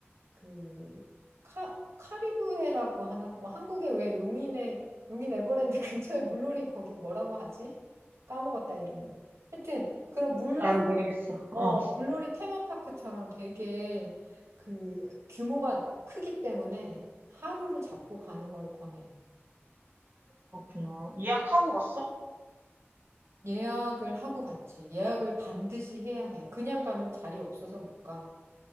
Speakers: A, on the right; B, on the right.
A: 그 카, 카리브해라고 하나 뭐 한국에 왜 용인에 용인 에버랜드 <laughs> 근처에 물놀이 거기 뭐라고 하지? 까먹었다 이름을. 하여튼 그런 물놀이
B: 나를 모르겠어. 어,
A: 어 물놀이 테마파크처럼 되게 그 규모가 크기 때문에 하루를 잡고 가는 걸 권해.
B: 그렇구나. 예약하고 갔어?
A: 예약을 하고 갔지. 예약을 반드시 해야 해. 그냥 가면 자리 없어서 못 가.